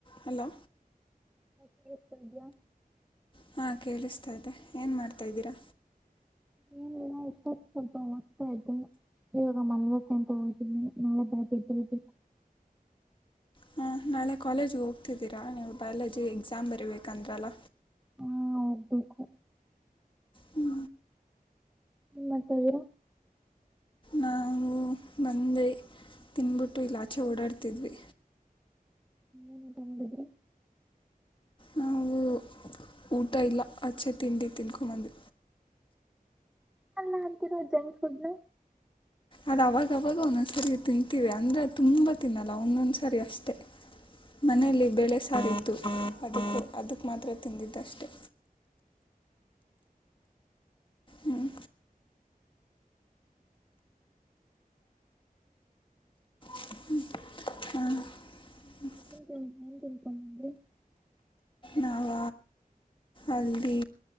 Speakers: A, on the left (about 35°); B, in the centre.
A: Hello
B: ಹತಿದ
A: ಹಾ ಕೇಳಿಸ್ತಾ ಇತೆ ಏನ್ ಮಾಡ್ತಾ ಇದ್ದೀರಾ
B: ಹ ಸ್ವಲ್ಪ ಹೋಗದ್ತಾ ಇದ್ದೆ ಇವಾಗ ಮಲ್ವಂತ ಹೋಗೀನಿ ನಳೆ ಬ
A: ಹಾ ನಾಳೆ ಕಾಲೇಜ್ಗೆ ಹೋಗ್ತಿದ್ದೀರಾ ನೀವು ಲ್ಲಿ ಎಾಮ ಬರ ಕಂದ್ರಲ್ಲ
B: ಹಾ ಹೋಗಬೇಕು
A: ಹ್ಞೂ
B: ್ಮ ಮತ್ತದಾ
A: ನಾವು ಬಂದೆ ತಿನ್ಬಿಟ್ಟು ಇಲ್ಲಾ ಆಚೆ ಓಡಾಡ್ತಿದ್ವಿ
B: ಏನು ಊಟ ಮಾಡಿದ್ರಿ
A: ನಾವು ಊಟ ಇಲ್ಲ ಅಚ್ಚೆ ತಿಂಡಿ ತಿನ್ಕೊಂಬಂದು
B: ಅಲ್ಲಾ ಅಂತೀರ ಜಂಕ್ ಫುಡ್ನು
A: ಅದ ಅವಾಗವಾಗ ಒಂದೊಂದ್ಸರಿ ತಿಂತೀವಿ ಅಂದ್ರೆ ತುಂಬಾ ತಿನ್ನಲ್ಲ ಒಂದೊಂದ್ಸರಿ ಅಷ್ಟೆ ಮನೇೆಯಲ್ಲಿ
B: ಹೌದಾ
A: ಬೆಳೆ ಸಾರತು ಅದ ಅದಕ್ ಮಾತ್ರ ತಿಂದಿದ್ದಷ್ಟೆ ಹ್ಮ್ ಹ
B: ಏನ್ ಏನ್ ಕಳ್ತ ಅೆ <unintelligible>
A: ನಾಾವ ಅಲ್ದಿ